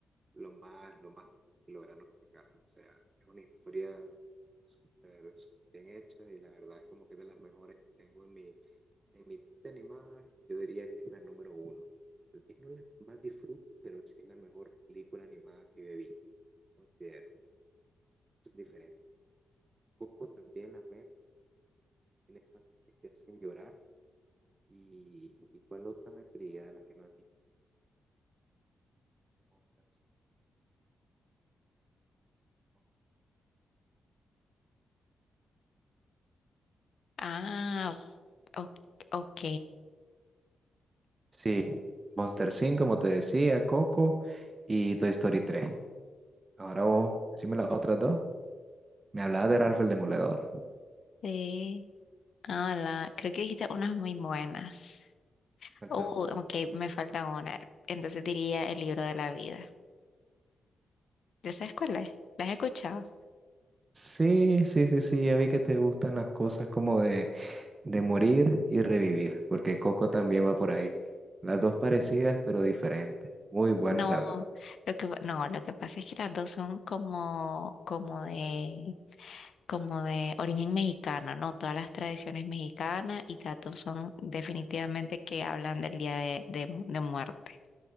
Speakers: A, on the right; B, on the left.
A: lo más, lo más que lograron sacar. O sea, es una historia súper súper bien hecha y la verdad es como que es de las mejores que tengo en mi, en mi de animada, yo diría que es la número uno. Tal vez no es la que más disfruto, pero sí es la mejor película animada que bebí, considero. Es diferente. Coco también la veo, tiene partes que te hacen llorar. ¿Y, y cuál otra me perdí de la que no has visto? Monsters, ¿no?
B: Ah, o- ok.
A: Sí, Monster cinco como te decía, Coco y Toy Story tres Ahora vos, decime las otras dos. Me hablabas de Ralph el Demoledor.
B: Sí. Ah, la, creo que dijiste unas muy buenas.
A: Falta
B: Oh,
A: una.
B: ok, me falta una. Entonces diría el libro de la vida. ¿Ya sabes cuál es? ¿La has escuchado?
A: Sí, sí, sí, sí, ya vi que te gustan las cosas como de de morir y revivir, porque Coco también va por ahí. Las dos parecidas, pero diferentes. Muy buenas
B: No,
A: las dos.
B: lo que, no, lo que pasa es que las dos son como, como de, como de origen mexicano, ¿no? Todas las tradiciones mexicanas y las dos son definitivamente que hablan del día de, de mu- de muerte.